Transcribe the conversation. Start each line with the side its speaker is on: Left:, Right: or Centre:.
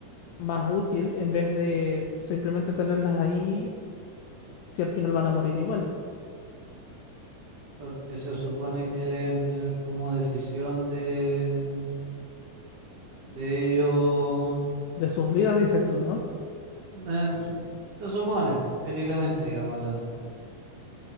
Left: más útil en vez de simplemente tenerlas ahí si al final van a morir igual?
Right: porque se supone que deben tener como decisión de, de ello,
Left: De sus vidas,
Right: el-
Left: dices tú, ¿no?
Right: el- se se supone, éticamente, digamos hablando.